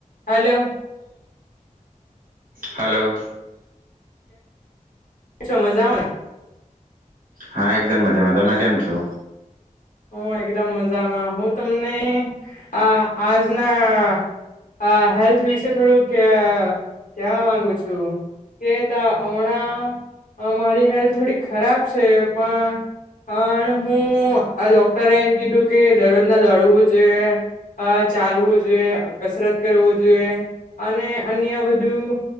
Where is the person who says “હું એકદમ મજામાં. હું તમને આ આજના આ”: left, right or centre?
Left